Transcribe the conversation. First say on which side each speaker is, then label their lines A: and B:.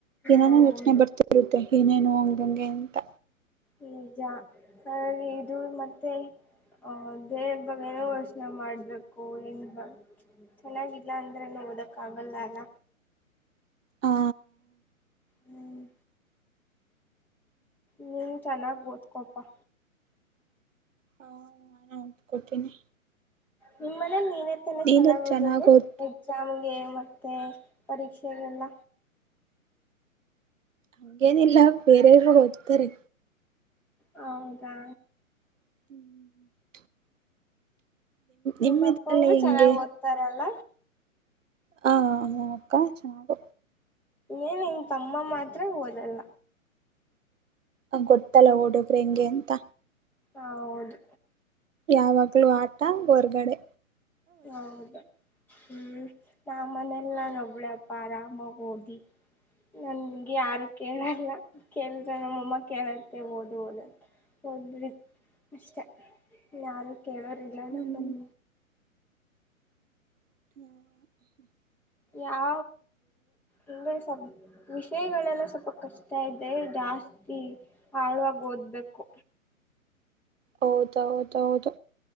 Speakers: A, on the right; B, in the centre.
A: ಏನೇನೋ
B: ಹೌದು
A: ಯೋಚನೆ ಬರ್ತಾ ಇರುತ್ತೆ ಏನೇನು ಹಂಗಂಗೆ ಅಂತ
B: ನಿಜ ಹಾಗಾಗಿ ಇದು ಮತ್ತೆ ಹ ದೇಹದ ಬಗ್ಗೆನು ಯೋಚನೆ ಮಾಡ್ಬೇಕು ಎಂಗ ಬ ಚೆನ್ನಾಗಿಲ್ಲ ಅಂದ್ರನು ಓದಕ್ ಆಗಲ್ಲ ಅಲ್ಲ
A: ಆ
B: ಹ್ಮ್ ನೀನ್ ಚೆನ್ನಾಗ ಓದ್ಕೋಪಾ
A: ಹಾ ನಾನು ಒತ್ಕೊತೀನಿ
B: ನಿಮ್ಮ ಮನೇಲಿ ನೀನೆತ್ತಾನೆ
A: ನೀನು
B: ಚೆನ್ನಾಗ್ ಓದದು
A: ಓದ್
B: ಎಕ್ಸಾಮ್ಗೆ ಮತ್ತೆ ಪರೀಕ್ಷೆಗೆೆಲ್ಲ
A: ಹಂಗೇನಿಲ್ಲ ಬೇರೆ ಅವ್ರು ಓದ್ತಾರೆ
B: ಹೌದಾ
A: ಹ್ಮ್
B: ನಿಮ್ಮ
A: ನಿಮ್
B: ಅಕ್ಕವರು
A: ಇದ್ರಲ್ಲಿ ಹೆಂಗೆ
B: ಚೆನ್ನಾಗ್ ಓದ್ತಾರಲ್ಲ
A: ಹಾ ಅಕ್ಕ ಚಾನಗೆ
B: ಎನ್ ನಿನ್ ತಮ್ಮ ಮಾತ್ರ ಓದಲ್ಲ
A: ಗೊತ್ತಲ್ಲ ಹುಡುಗ್ರ ಹೆಂಗೆ ಅಂತ
B: ಹೌದು
A: ಯಾವಾಗ್ಲೂ ಆಟ ಹೊರಗಡೆ
B: ಹೌದಾ ಹ್ಮ್ ನಮ್ಮನೆಲ್ ನಾನ್ ಒಬ್ಳೆಪ್ಪ ಆರಾಮಾಗ ಓದಿ ನನ್ಗೆ ಯಾರು ಕೇಳಲ್ಲ ಕೇಳಿದ್ರೆ ನಮ್ಮಮ್ಮ ಕೇಳತ್ತೆ ಓದು ಓದಂತ ಹೋದ್ರೆ ಅಷ್ಟೆ ಇನ್ಯಾಯಾರು ಕೇಳೋರಿಿಲ್ಲ
A: ಹ್ಮ್
B: ನಮ್ಮನ್
A: ಹ
B: ಹಾ ಹಂಗಸ <unintelligible> ವಿಷಯಗಳೆಲ್ಲ ಸ್ವಲ್ಪ ಕಷ್ಟ ಇದೆ ಜಾಸ್ತಿ ಆಳ್ವಾಗ್ ಓದ್ಬೇಕು
A: ಹೌದ ಹೌದ ಹೌದು